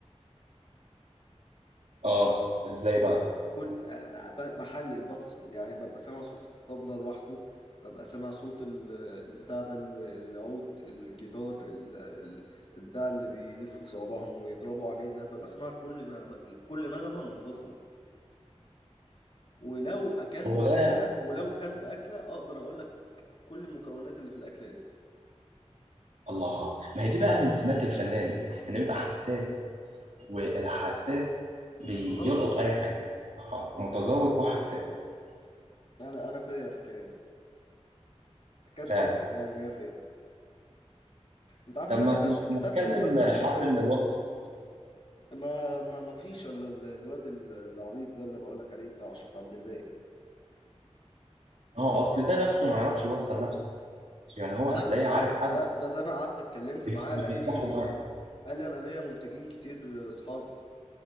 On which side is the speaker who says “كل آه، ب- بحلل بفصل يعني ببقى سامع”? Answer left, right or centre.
Left